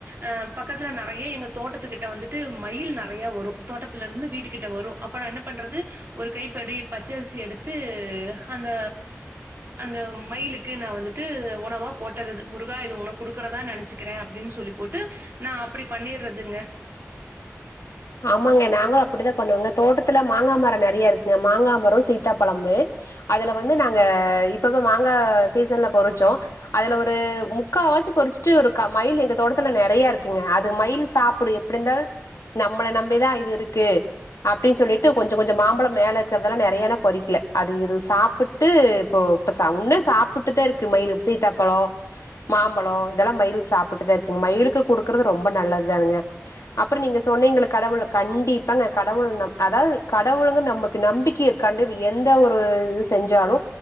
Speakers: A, on the right; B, on the left.
A: அ பக்கத்துல நெறைய எங்க தோட்டத்துகிட்ட வந்துட்டு மயில் நெறைய வரு தோட்டத்துலருந்து வீட்டு கிட்ட வரு அப்ப நா என்னப் பண்றது ஒரு கைப்படி பச்சரிசி எடுத்து அந்த அந்த மயிலுக்கு நா வந்து ட்டு உணவா போட்டர்றது முருகா இது வுனக் குடுக்குறதா நெனச்சுக்கிறே அப்டின் சொல்லி போட்டு நா அப்டி பண்ணிர்றதுங்க
B: ஆமாங்க நாங்களு அப்பிடிதாப் பண்ணுவங்க தோட்டத்துல மாங்கா மரோ நெறைய இருக்குங்க மாங்கா மரோ சீத்தாப்பழமுமே அதல வந்து நாங்க இப்பப்ப மாங்கா சீசன்லப் பொறிச்சோ அதல ஒரு முக்காவாசி பொறிச்சுட்டு ஒருக்க மயில் எங்க தோட்டத்துல நெறையா இருக்குங்க அது மயில் சாப்புடு எப் பிடிந்தாலு நம்மள நம்பிதா இது இருக்கு அப்டின் சொல்லிட்டு கொஞ்சோ கொஞ்சோ மாம்பழம் மேல இருக்கறதெல்லா நெறையா நாப் பொறிக்ல அது இது சாப்புட் ட்டு இப்போ இப்ப சா வுன்னு சாப்ட்டுதா இருக்கு மயிலு சீத்தாப்பழோ மாம்பழோ இதெல்லா மயில் சாப்புட்டுதா இருக்குங்க மயிலுக்குக் குடுக்குறது ரொம்ப நல்லத்தானங்க அப்ற நீங்கச் சொன்னீங்களக் கடவுள கண்டிப்பாங்க கடவுள் நம் அதாவது கடவுளுங்க நமக்கு நம்பிக்கையக் கண்டிப எந்த ஒரு இது செஞ்சாலு